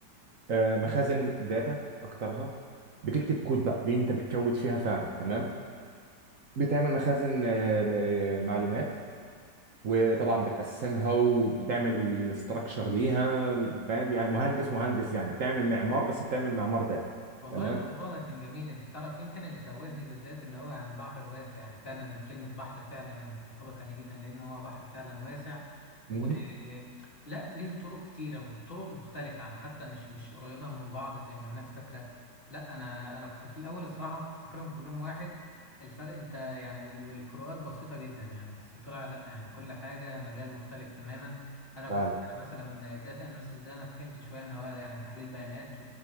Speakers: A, on the right; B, on the left.
A: آه مخازن داتا اكترها بتكتب كود بقى دي انت بتكود فيها فعلا تمام بتعمل مخازن آه آه، معلومات وطبعا بتقسمها وبتعمل الاستراكشر ليها فاهم يعني مهندس مهندس يعني بتعمل معمار بس بتعمل معمار داتا
B: والله
A: تمام
B: الموضوع ده كان جميل انت تعرف يمكن اللي توهني بالذات ان هو يعني بحر واسع يعني فعلا كلمة بحر فعلا يعني تنطبق عليه جدا لان هو بحر فعلا واسع
A: مهم.
B: و لا ليه طرق كتيرة والطرق مختلفة يعني حتى مش مش قريبة من بعض زي ما الناس فاكرة لا انا انا كنت في الاول الصراحة كنت فاكرهم كلهم واحد الفرق انت يعني الفروقات بسيطة جدا يعني بس طلع لا يعني كل حاجة مجال مختلف تماما انا كنت
A: فعلا
B: يعني مثلا من الداتا اناليسيس ده انا فهمت شوية ان هو يعني تحليل بيانات